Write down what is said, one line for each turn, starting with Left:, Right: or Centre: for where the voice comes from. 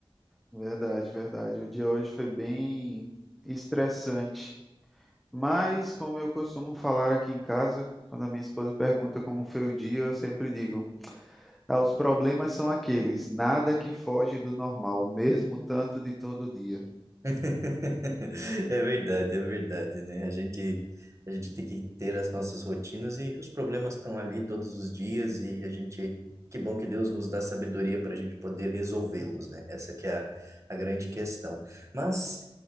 Centre: Verdade, verdade. O dia hoje foi bem estressante. Mas, como eu costumo falar aqui em casa, quando a minha esposa pergunta como foi o dia, eu sempre digo: ah, os problemas são aqueles, nada que foge do normal, mesmo tanto de todo dia.
Right: <laughs> É verdade, é verdade, né? A gente, a gente tem que ter as nossas rotinas e os problemas estão ali todos os dias e a gente, que bom que Deus nos dá sabedoria para a gente poder resolvê-los, né? Essa que é a, a grande questão. Mas,